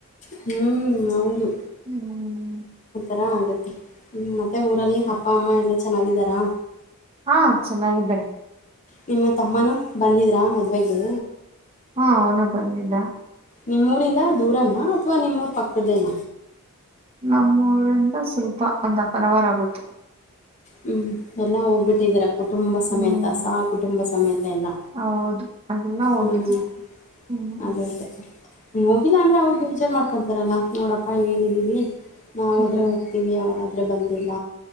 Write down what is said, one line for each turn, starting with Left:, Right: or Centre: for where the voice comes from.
Left: ಹ್ಞ ಹೌದು
Right: ಹ್ಮ್್ಮ ಹ್ಮ
Left: ಆಗತ್ತೆ ಮತ್ತೆ ಊರಲ್ಲಿ ಅಪ್ಪ ಅಮ್ಮ ಎಲ್ಲ ಚೆನ್ನಾಗಿದ್ದಾರಾ
Right: ಹಾ ಚೆನ್ನಾಗಿದ್ದಾರೆ
Left: ನಿಮ್ಮ ತಮ್ಮನೂ ಬಂದಿದ್ರಾ ಮದುವೆಗೆ
Right: ಹಾ ಅವನು ಬಂದಿದ್ದ
Left: ನಿಮ್ಮೂರಿಂದ ದೂರನ ಅಥವಾ ನಿಮ್ಮೂರ್ ಪಕ್ಕದೇನ
Right: ನಮ್ಮೂರಿಂದ ಸ್ವಲ್ಪ ಒಂದ್ ಹಫ್ ಅನ್ ಅವರ್ ಆಗುತ್ತೆ
Left: ಹ್ಮ್ ಎಲ್ಲಾ ಹೋಗ್ಬಿಟ್ಟಿದಾರ
Right: ಹ್ಮ್,
Left: ಕುಟುಂಬ ಸಮೇತಸಹ
Right: ಹ್ಮ್
Left: ಕುಟುಂಬ ಸಮೇತ ಎಲ್ಲ
Right: ಹೌದು ಅಲ್ಲಾ ಹೋಗಿದ್್ರಿ
Left: ಹ್ಞೂ
Right: ಹ್ಮ್
Left: ಅದೇ ಅದೇ ಹೋಗಿಲ್ಲ ಅಂದ್ರೆ ಅವ್ರು ಬೇಜಾರ್ು ಮಾಡ್ಕೊತಾರಲ್ಲಾ ನೋಡಪ್ಪಾ ಹೇಳಿದೀವಿ ನಾವಾದರೆ
Right: ಹ್ಮ್.
Left: ಹೋಗ್ತೀವಿ ಅವರಾದ್ರೆ ಬಂದಿಲ್ಲ